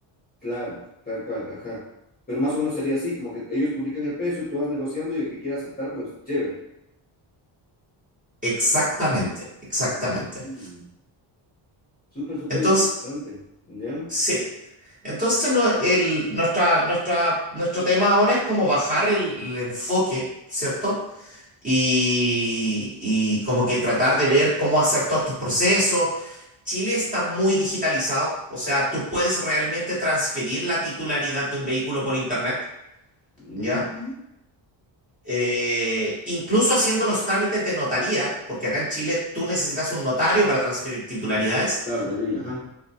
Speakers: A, on the left; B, on the right.
A: Claro, tal cual, ajá. Pero más o menos sería así, como que ellos publican el precio, tú vas negociando y el que quiera aceptar, pues, chévere.
B: Exactamente, exactamente.
A: Ujú. Súper, súper
B: Entonces,
A: interesante. ¿Ya?
B: sí. Entonces, no, el- nuestra, nuestra, nuestro tema ahora es como bajar el, el enfoque, ¿cierto? Y, y como que tratar de ver cómo hacer todos estos procesos. Chile está muy digitalizado, o sea, tú puedes realmente transferir la titularidad de un vehículo por internet,
A: Mm,
B: ¿ya? Eh, incluso haciendo los trámites de notaría, porque acá en Chile tú necesitas un notario para transferir titularidades.
A: claro, de ley, ajá.